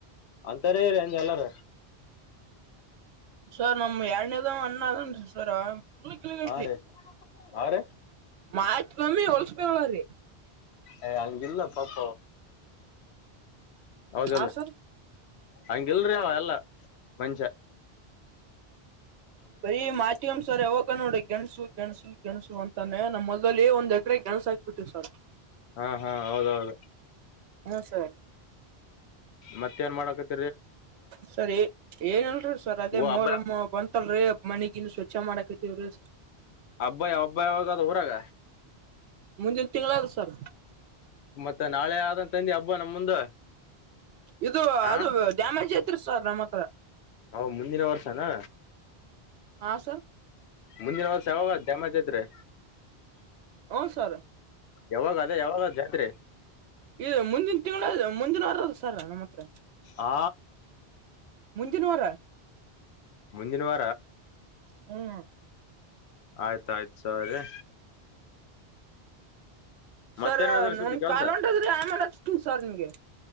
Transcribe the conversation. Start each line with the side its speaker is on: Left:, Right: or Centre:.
Left: ಅಂತಾರೆ ರಂಜ ಎಲ್ಲಾರ
Right: ಸರ್ ನಮ್ ಎರಡನೆದು ಅಣ್ಣ ಅದನ್ ರಿ ಸರ್ ಫುಲ್ ಕಿಳಿಗಟ್ರಿ
Left: ಹಾ ರೀ ಹಾ ರೀ
Right: ಮಾತ್ ಕಮ್ಮಿ ಹೊಳ್ಸ್ಬೇಕೇಳ್ರೀ
Left: ಏ ಅಂಗಿಲ್ಲ ಪಾಪ ಹೌದಲ್ಲ
Right: ಆ ಸರ್
Left: ಹಂಗಿಲ್ರಿೀ ಅವ ಅಲ್ಲ ಮನುಷ್ಯ
Right: ಬರಿ ಮಾತಿ ಅಮ ಸರ್ ಯಾವಾಗ ನೋಡು ಗೆಣಸು ಗೆಣಸು ಗೆಣಸು ಅಂತಾನೆ ನಮ್ಮ ಹೊಲದಲ್ಲಿ ಒಂದ್ ಎಕರೆ ಗೆಣಸು ಹಾಕಿದ್ವಿ ಸರ್
Left: ಹಾ ಹಾ ಹೌದೌದು
Right: ಹ್ಮ ಸರ್
Left: ಮತ್ತ ಏನ್ ಮಾಡಕತ್ತಿರಿ
Right: ಸರಿ ಏನಿಲ್ರಿ ಸರ್ ಅದೇ
Left: ಓ
Right: ಮೊಹರಂ
Left: ಹಬ್ಬ
Right: ಬಂತ ತ್ತಲ್ರಿೀ ಮನಿಗಿನಿ ಸ್ವಚ್ಛ ಮಾಡಾಕತಿವ್ರೀ
Left: ಹಬ್ಬ ಹಬ್ಬ ಯಾವಾಗ ಅದ ಊರಾಗ
Right: ಮುಂದಿನ ತಿಂಗಳಾದ ಸರ್
Left: ಮತ್ತೆ ನಾಳೆ ಆದಂತಂದಿ ಹಬ್ಬ ನಮ್ ಮುಂದ
Right: ಇದು
Left: ಹಾ
Right: ಅದು ಡ್ಯಾಮೇಜ್ ಐತಿರ ಸರ್ ನಮ್ಮ್ ಹತ್ರ
Left: ಹ ಮುಂದಿನ ವರ್ಷನಾ
Right: ಹಾ ಸರ್
Left: ಮುಂದಿನ ವರ್ಷ ಯಾವಾಗ ಡ್ಯಾಮೇಾಜ್ ಐತ್ರಿ
Right: ಹು ಸರ್
Left: ಯಾವಾಗ ಅದೇ ಯಾವಾಗ್ ಜಾತ್ರಿ
Right: ಇ ಮುಂದಿನ ತಿಂಗಳ ಮುಂದಿನ ವಾರ ಅದ ಸರ್ ನಮ್ಮ ಹತ್ರ
Left: ಆ
Right: ಮುಂದಿನ್ವಾರ.
Left: ಮುಂದಿನ ವಾರ.
Right: ಹ್ಮ್
Left: ಆಯ್ತಾಯ್ತು ಸರಿ.
Right: ಸರ್
Left: ಮತ್ತೇನ್ ನಡದದ್ರಿ ಸುದ್ದಿ
Right: ಒಂದ
Left: ಕೆಲ್ಸ
Right: ಕಾಲ್ ಹೊಂಟದ್ರಿ ಆಮೇಲೆ ಹಚ್ತನ್ ಸರ್ ನಿಮ್ಗೆ.